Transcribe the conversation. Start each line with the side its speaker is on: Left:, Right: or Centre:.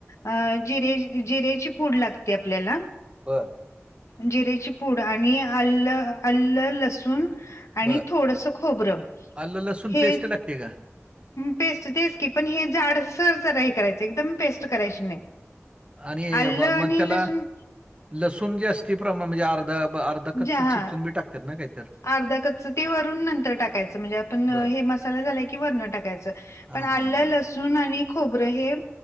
Left: अं.. जिरे जिरेची पूड लागते आपल्याला
Right: बरं.
Left: जिरेची पूड आणि आलं, आलं लसूण आणि
Right: बर
Left: थोडसं खोबरं,
Right: आलं लसूण
Left: हे
Right: पेस्ट लागते का
Left: पेस्ट तेच की, पण हे जाडसर जरा हे करायचं. एकदम पेस्ट करायची नाही.
Right: आणि
Left: आल्लं
Right: म-
Left: आणि
Right: मग त्याला
Left: लसूण
Right: लसूण जास्ती प्रमाण म्हणजे, अर्धा अर्धा कच्चं
Left: जे हा
Right: चिचून बी टाकतात ना काहीतर
Left: अर्धा कच्चं ते वरून नंतर टाकायचं म्हणजे आपण हे
Right: बर
Left: मसाला झाला की वरणं टाकायचं.
Right: हा
Left: पण
Right: हा.
Left: आलं,
Right: हा
Left: लसूण आणि खोबरं हे